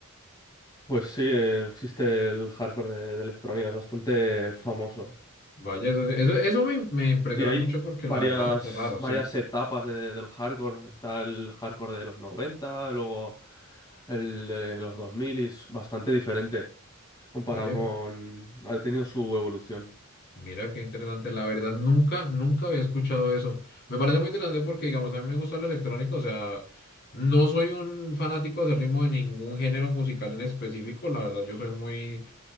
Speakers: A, on the left; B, on the left.
A: Pues sí, eh, existe el hardcore de, de electrónica, es bastante famoso.
B: Vaya, eso, eso, eso me, me impresiona
A: Y hay
B: mucho porque
A: varias,
B: la verdad es raro,
A: varias
B: sí.
A: etapas de- del hardcore. Está el hardcore de los 90, luego el de los 2000 y es bastante diferente comparado
B: Oye,
A: con... Ha tenido su evolución.
B: mira qué interesante. La verdad, nunca, nunca había escuchado eso. Me parece muy interesante porque, digamos, a mí me gusta el electrónico. O sea, no soy un fanático ritmo de ningún género musical en específico. La verdad, yo soy muy